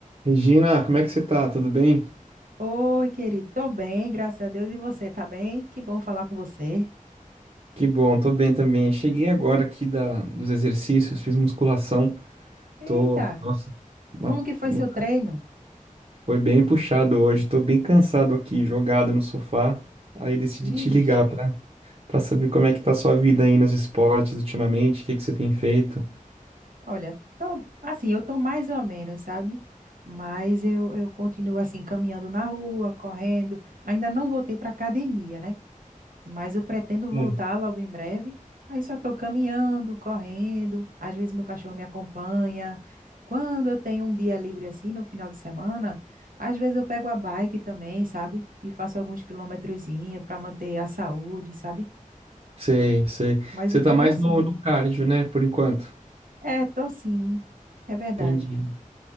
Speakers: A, on the right; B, on the right.
A: Regina, como é que você tá? Tudo bem?
B: Oi, querido. Tô bem, graças a Deus. E você, tá bem? Que bom falar com você.
A: Que bom, tô bem também. Cheguei agora aqui da, dos exercícios, fiz musculação. Tô,
B: Eita,
A: nossa, uma-
B: como que foi
A: uma-
B: seu treino?
A: foi bem puxado hoje. Tô bem cansado aqui, jogado no sofá. Aí decidi
B: Vixe,
A: te ligar pra, pra saber como é que tá a sua vida aí nos esportes ultimamente, o que que você tem feito.
B: olha, tô, assim, eu tô mais ou menos, sabe? Mas eu, eu continuo assim, caminhando na rua, correndo. Ainda não voltei pra academia, né? mas eu pretendo voltar
A: É.
B: logo em breve. Aí só estou caminhando, correndo, às vezes meu cachorro me acompanha. Quando eu tenho um dia livre assim, no final de semana, às vezes eu pego a bike também, sabe? E faço alguns quilometrozinhos para manter a saúde, sabe?
A: Sei, sei.
B: Mas
A: Você
B: eu tô
A: tá
B: meio
A: mais
B: assim.
A: no, no cardio, né, por enquanto.
B: É, tô sim. É verdade.
A: Entendi.